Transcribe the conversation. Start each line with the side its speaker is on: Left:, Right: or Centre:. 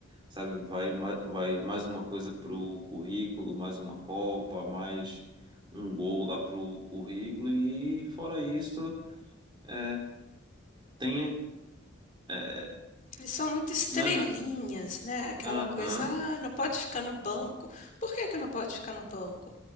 Right: Sabe, vai, ma- vai mais uma coisa pro currículo, mais uma Copa, mais um gol lá pro currículo e fora isso é, tem. é,
Left: Eles são muito estrelinhas,
Right: não é na.
Left: né, aquela
Right: Aham,
Left: coisa: "Ah, não pode ficar no banco". Por que que não pode ficar no banco?